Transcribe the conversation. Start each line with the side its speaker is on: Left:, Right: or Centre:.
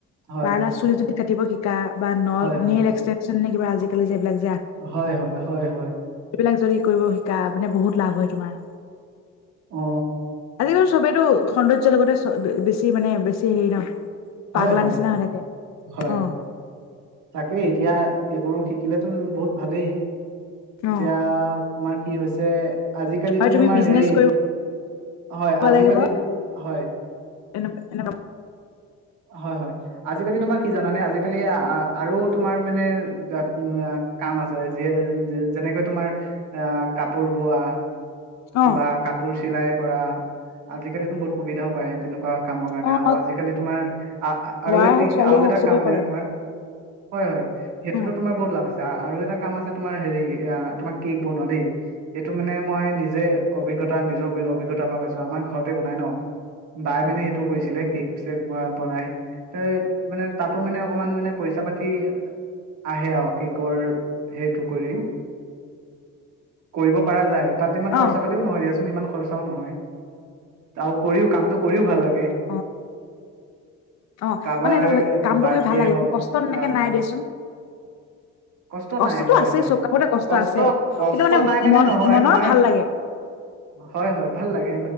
Right: হয়
Left: পাৰ্লাৰ চুলি টুলি কাটিব। পাতিব শিকা। বা নল
Right: হয় হয়
Left: নিৰ এক্সেল। জানানে কিবা আজিকালি যে ইবিলাক।
Right: হয় হয় হয় হয়।
Left: বিলাক যদি কৰিব শিকা মানে বহুত লাভ হয় তোমাৰ।
Right: অ।
Left: আজিকালি চবেই। এইটো সৌন্দৰ্য্য লগতে বেছি মানে বেছি হেৰি নহ।
Right: হয়
Left: পাগলা
Right: হয়
Left: নিচিনা হৈ থাকে
Right: হয়
Left: অ।
Right: তাকেই এতিয়া এইবোৰ শিকিলেতো বহুত ভালেই।
Left: অ
Right: এতিয়া তোমাৰ। কি হৈছে। আজিকালিচোন
Left: আৰু তুমি
Right: তোমাৰ
Left: বিজনেচ
Right: হেৰি
Left: কৰিব
Right: হয় আজিকালিত
Left: লাগিব
Right: হয়।
Left: এনেকুৱা এনেকুৱা
Right: হয় হয় আজিকালি তোমাক। কি জানানে আজিকালি আহ। আৰু তোমাৰ মানে বাট কাম আছে যিয়ে যেনেকৈ তোমাৰ আহ কাপোৰ বোৱা।
Left: অ
Right: বা কাপোৰ চিলাই। কৰা আজিকালিতো বহুত সুবিধাও পায় তেনেকুৱা। কামৰ কাৰণে
Left: অ
Right: আৰু আজিকালি তোমাৰ আৰু
Left: ল'ৰাই
Right: এটি
Left: হওক
Right: এটা
Left: ছোৱালীয়ে
Right: আৰু
Left: হওক
Right: এটা
Left: চবে
Right: কাম
Left: কৰে
Right: মানে তোমাৰ। হয় হয় সেইটোতো
Left: অ
Right: তোমাৰ বহুত লাভ আছে আৰু এটা কাম আছে তোমাৰ হেৰি তোমাৰ কেক বনোৱা দেই এইটো মানে মই নিজে অভিজ্ঞতা নিজৰ অভিজ্ঞতাৰ পৰা পাইছো আমাৰ ঘৰতে বনাই ন বাই মানে সেইটো কৰিছিলে কেক চেক বনাই ত মানে তাতো মানে অকমান মানে। পইচা পাতি আহে আৰু কেকৰ সেইটো কৰি কৰিব পৰা যায়। তাত ইমান খৰচা
Left: অ
Right: পাতিও নহয় দিয়াচোন ইমান। খৰচাও নহয় আৰু কৰিও কামটো কৰিও ভাল লাগে। <inaudible>
Left: অ অ
Right: কাৰোবাৰ
Left: মানে এইটো কামটো
Right: বাৰ্থডে
Left: কৰি ভাল লাগে
Right: হওক
Left: কষ্ট। তত
Right: কিবা
Left: এক নাই দিয়াচোন।
Right: কষ্ট
Left: কষ্টটো
Right: নাই হয়
Left: আছে
Right: হয়
Left: চব কামতে
Right: কষ্ট
Left: আছে
Right: কষ্ট
Left: কিন্তু
Right: নাই মানে
Left: মন
Right: নহয়
Left: মনৰ
Right: তোমাৰ
Left: ভাল লাগে
Right: হয় হয় ভাল লাগে।